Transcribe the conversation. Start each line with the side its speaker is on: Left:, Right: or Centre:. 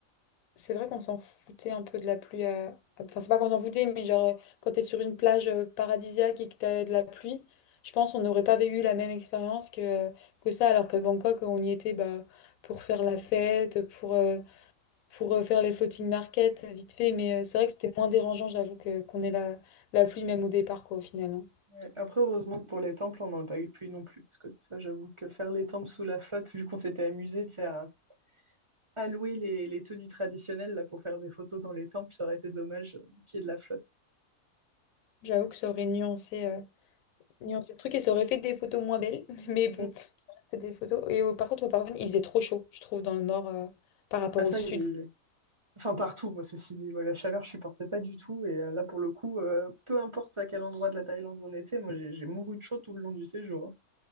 Left: c'est vrai qu'on s'en foutait un peu de la pluie à- à- enfin c'est pas qu'on s'en foutait mais genre euh, quand t'es sur une plage euh, paradisiaque et que t'as de la pluie je pense qu'on n'aurait pas eu la même expérience que que ça alors que Bangkok on y était bah pour faire la fête pour euh, pour euh, faire les floating market euh, vite fait, mais euh, c'est vrai que c'était moins dérangeant, j'avoue, que qu'on ait la, la pluie même au départ, quoi, au final. hein.
Right: Ouais. Après, heureusement que pour les temples, on n'en a pas eu de pluie non plus, parce que ça, j'avoue que faire les temples sous la flotte, vu qu'on s'était amusé, tu sais, à, à louer les, les tenues traditionnelles là, pour faire des photos dans les temples, ça aurait été dommage euh, qu'il y ait de la flotte.
Left: J'avoue que ça aurait nuancé, euh, nuancé le truc et ça aurait fait des photos moins belles, <laughs> mais bon,
Right: Mm.
Left: que des photos. Et euh, par contre, au Paraguay, il faisait trop chaud, je trouve, dans le nord euh, par rapport
Right: Ah
Left: au
Right: ça,
Left: sud.
Right: il... enfin partout, moi, ceci dit, moi, la chaleur, je supporte pas du tout, et euh, là, pour le coup, euh, peu importe à quel endroit de la Thaïlande on était, moi, j'ai j'ai mouru de chaud tout le long du séjour. hein.